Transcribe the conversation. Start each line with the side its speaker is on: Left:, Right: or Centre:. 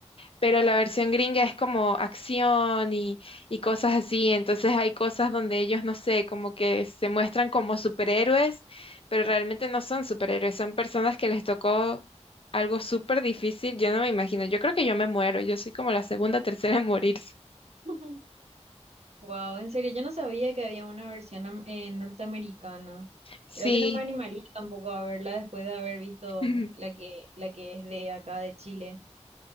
Left: pero la versión gringa es como acción y, y cosas así, entonces hay cosas donde ellos, no sé, como que se muestran como superhéroes, pero realmente no son superhéroes, son personas que les tocó algo súper difícil, yo no me imagino, yo creo que yo me muero, yo soy como la segunda, tercera en morirse.
Right: <laughs> Wow, en serio, yo no sabía que había una versión am- eh, norteamericana.
Left: Sí,
Right: Creo que no me animaría tampoco a verla después de haber visto
Left: <laughs>
Right: la que, la que es de acá de Chile.